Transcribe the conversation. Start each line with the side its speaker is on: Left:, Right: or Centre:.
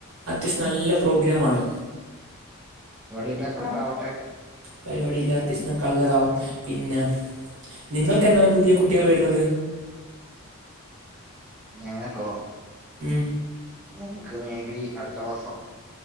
Right: അത്യാവശ്യം നല്ല <unintelligible> പ്രോഗ്രാമാണ്
Centre: എല്ലാം കളറാവട്ടെ
Right: പരിപാടി എല്ലാത്തിഷണം കളറാവും പിന്ന നിങ്ങൾക്കെന്നാണ് പുതിയ കുട്ടികൾ വരുന്നത്
Centre: ഞങ്ങൾക്കോ
Right: ഉം.
Centre: ഞങ്ങക്ക് മേബി അടുത്ത മാസം